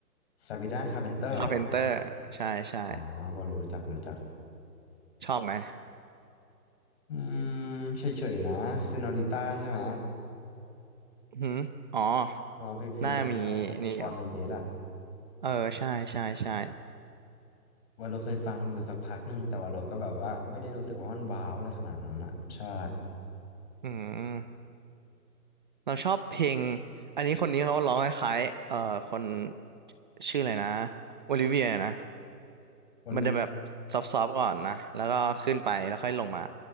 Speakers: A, on the left; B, on the right.
A: ซาบีนาคาร์เพนเตอร์เหรอ
B: คาร์เพนเตอร์ใช่ใช่
A: อ๋อว่ารู้จักรู้จัก
B: ชอบไหม
A: อืมเฉยๆนะเซโนริต้าใช่ไหม
B: อือหืออ๋อ
A: ร้องเพลงเซโนริต้ากับชอนเมนเดสอะ
B: หน้ามีนี่อยู่ เออ ใช่ใช่ใช่
A: ว่าเราเคยฟังอยู่สักพักหนึ่งแต่ว่าเราก็แบบว่าไม่ได้รู้สึกว่ามันว้าวอะไรขนาดนั้นอะใช่
B: อืม เราชอบเพลงอันนี้คนนี้เขาร้องคล้ายๆเอ่อคนชื่ออะไรนะโอลิเวียนะ
A: โอลิเว
B: มันจะแบบซอฟๆก่อนนะแล้วก็ขึ้นไปแล้วค่อยลงมา